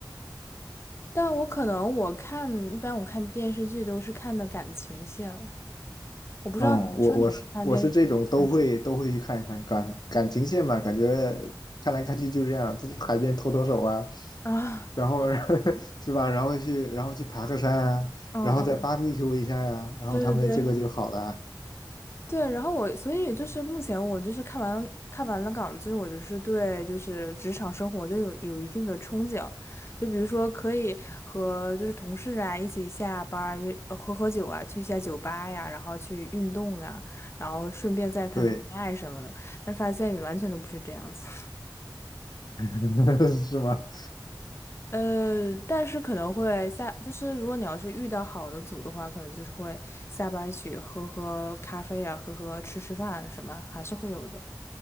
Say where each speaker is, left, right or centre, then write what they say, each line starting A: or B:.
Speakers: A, on the left (about 35°); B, on the left (about 60°).
A: 但我可能我看一般我看电视剧都是看的感情线，我不知道男生你们看电视剧都看什
B: 嗯，我我是我是这种都会都会去看一看感感情线嘛，感觉看来看去就这样，就去海边拖拖手啊，
A: 么啊？
B: 然后 <laughs> 是吧，然后去然后去爬个山啊，
A: 嗯嗯，
B: 然后再 b a r b e 一下呀、然后他们这个就好了啊
A: 对对对，对，然后我，所以就是目前我就是看完看完了港剧，我就是对就是职场生活就有有一定的憧憬，就比如说可以和就是同事啊一起下班儿约呃喝喝酒啊，去一下酒吧呀，然后去运动啊，然后顺便再谈谈恋爱什么的，
B: 对，
A: 但是发现完全都不是这样子。
B: <laughs> 是吗？
A: 呃，但是可能会下，就是如果你要是遇到好的组的话，可能就是会下班儿一起喝喝咖啡啊，喝喝吃吃饭什么，还是会有的。